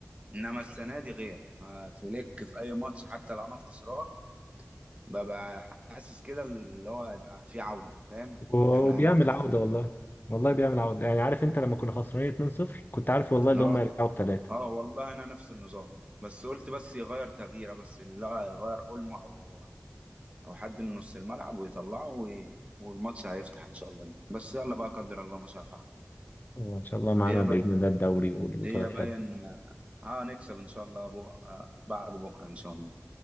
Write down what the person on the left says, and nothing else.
وبيعمل
عودة والله والله بيعمل عودة يعني عارف انت لما كنا خسرانين 2-0 كنت عارف والله اللي
هم يرجعوا بثلاثة
ان شاء الله معانا
بإذن
الله الدوري والبطولة
الحلوة